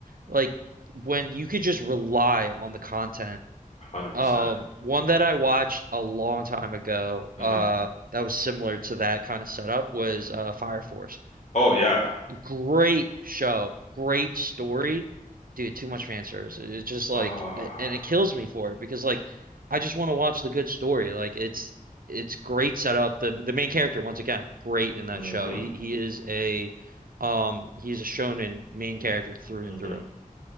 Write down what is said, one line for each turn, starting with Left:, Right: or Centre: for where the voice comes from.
Right: like when you could just rely on the content.
Left: 100%.
Right: Uh, one that I watched a long time ago,
Left: hmm
Right: uh, that was similar to that kind of setup was uh Fire Force.
Left: Oh yeah,
Right: Great show, great story. Dude, too much fan service. It's just like,
Left: oh,
Right: and it kills me for it because like, I just want to watch the good story. Like it's it's great setup. The the main character once again, great in that
Left: hmm
Right: show. He he is a um he's a shonen main character through
Left: hmm
Right: and through.